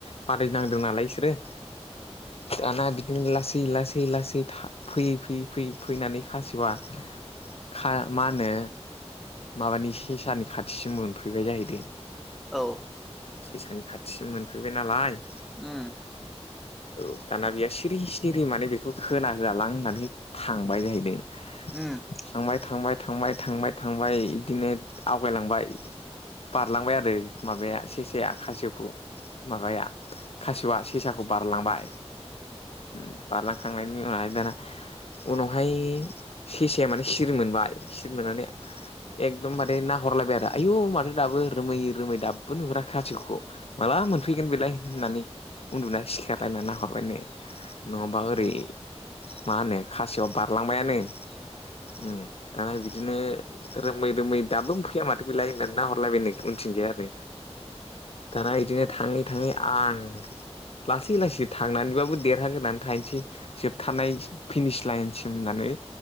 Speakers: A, on the left; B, in the centre.
A: बादायनांदों नालाय इसोरो दाना बिदिनो लासै लासै लासै था फैयै फैयै फैयै फैनानै खासेवा खा मा होनो माबानि सेसानि खाथिसिम मोनफैबाय जाहैदों
B: औ
A: सेसानि खाथिसिम मोनफैबाय नालाय
B: उम
A: औ दाना बेयो सिरि सिरि माने बेखौ खोना होआलां होननानै थांबाय जाहैदों
B: उम
A: थांबाय थांबाय थांबाय थांबाय थांबाय इदिनो आवगायलांबाय बारलांबाय आरो माबाया सेसाया खासेवखौ माबाया खासेवा सेसा खौ बारलांबाय उम बारलांखांनायनि उनावहाय दाना उनावहाय सेसाया माने सिरि मोनबाय सिरि मोननानै एकदम बारे नायहरलायबाय आरो आयु माथो दाबो रोमै रोमै दाबो नुहरा खासेवखौ माला मोनफैगोन बेलाय होननानै उन्दुना सिखार लायना नाहरबायनो नङाबा ओरै मा होनो खासेवआ बारलांबायानो उम दाना बिदिनो रोमै रोमै दाबो मोनफैया मा थो बिलाय होननानै नाहरलायबायनो उथिंजाय आरो दाना इदिनो थाङै थाङै आं लासै लासै थांनानैबाबो देरहाग्रोनानै थाहैनोसै जोब थानाय फिनिस लाइनसिम होननानै